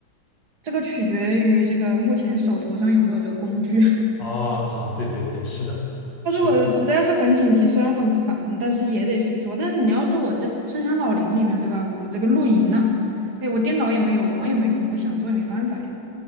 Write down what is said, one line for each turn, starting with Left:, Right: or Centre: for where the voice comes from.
Right: 这个取决于这个目前手头上有没有这个工具。
Left: 哦哦，对对对，是的，
Right: <laughs> 他如果实在是很紧急，
Left: 是的，
Right: 虽然很烦，但是也得去做。但是你要说我这深山老林里面，对吧？我这个露营呢，哎，我电脑也没有，网也没有，我想做也没办法呀。